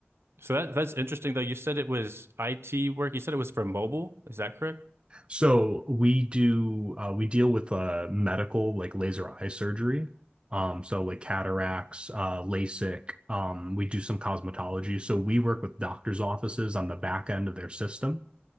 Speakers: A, on the right; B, on the right.
A: so that that's interesting though. You said it was IT work. You said it was for mobile. Is that correct?
B: So we do uh, we deal with uh, medical like laser eye surgery. Um, so like cataracts, uh, LASIK. Um, we do some cosmetology. So we work with doctors' offices on the back end of their system.